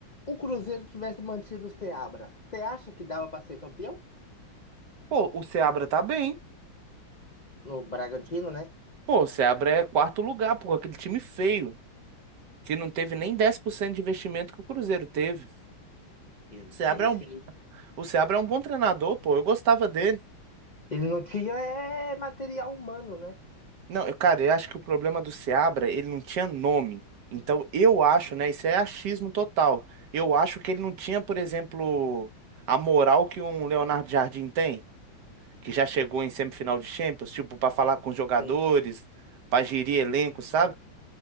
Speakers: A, on the left (about 60°); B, on the right (about 65°).
A: o Cruzeiro tivesse mantido o Seabra, você acha que dava pra ser campeão?
B: pô, o Seabra tá bem.
A: No Bragantino, né?
B: Pô, o Seabra é quarto lugar, pô, aquele time feio, que não teve nem 10% de investimento que o Cruzeiro teve.
A: Ex-
B: O Seabra
A: É isso
B: é um
A: que ele...
B: O Seabra é um bom treinador, pô. Eu gostava dele.
A: Ele não tinha é, material humano, né?
B: Não, eu, cara, eu acho que o problema do Seabra, ele não tinha nome. Então, eu acho, né? Isso é achismo total. Eu acho que ele não tinha, por exemplo, a moral que um Leonardo Jardim tem, que já chegou em semifinal de Champions, tipo, pra falar com os jogadores,
A: Sim,
B: pra gerir elenco, sabe?